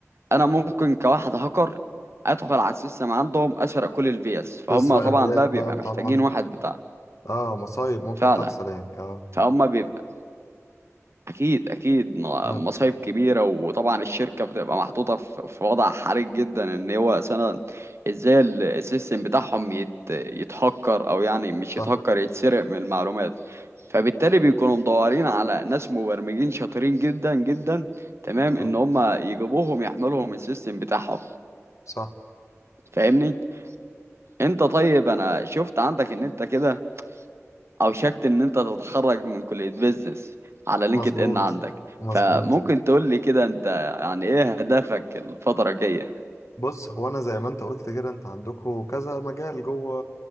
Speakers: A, on the right (about 55°); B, on the left (about 70°).
A: أنا ممكن كواحد هاكر أدخل على السيستم عندهم أسرق كل الفيز فهم
B: تسرق
A: طبعا
B: الفيز
A: بقى
B: بقى
A: بيبقى محتاجين
B: طبعا
A: واحد بتاع
B: اه مصايب ممكن
A: فعلا
B: تحصل يعني اه
A: فهم بيبقى اكيد اكيد م-
B: آه،
A: مصايب كبيره وطبعا الشركه بتبقى محطوطه في في وضع حرج جدا ان هو مثلا ازاي ال- السيستم بتاعهم يت- يتهكر او يعني مش
B: صح
A: يتهكر يتسرق من المعلومات فبالتالي بيكونوا مدورين على ناس مبرمجين شاطرين جدا جدا تمام
B: صح
A: ان هم يجيبوهم يحملهم السيستم بتاعهم
B: صح
A: فاهمني انت طيب انا شفت عندك ان انت كده او شكت ان انت تتخرج من كلية بيزنس على لينكد
B: مظبوط
A: ان عندك
B: مظبوط
A: فممكن تقول لي كده انت يعني ايه هدفك الفترة الجاية
B: بص هو انا زي ما انت قلت كده انت عندكم كذا مجال جوه